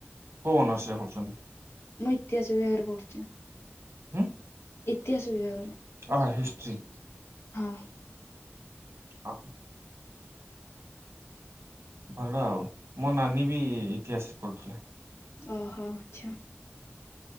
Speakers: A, on the right; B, on the left.
A: କୋଉ ଅନ୍ସ ରେ କରୁଛନ୍ତି?
B: ମୁଁ ଇତିହାସ ବିଭାଗରେ ପଢୁଚି।
A: ହୁଁ?
B: ଇତିହାସ ବିଭାଗରେ।
A: ହଁ ହିଷ୍ଟ୍ରୀ।
B: ହଁ।
A: ଆଉ ଭଲ ଆଉ ମୋ ନାନୀ ବି ଇତିହାସରେ କରୁଥିଲେ।
B: ଓହୋ ଆଚ୍ଛା।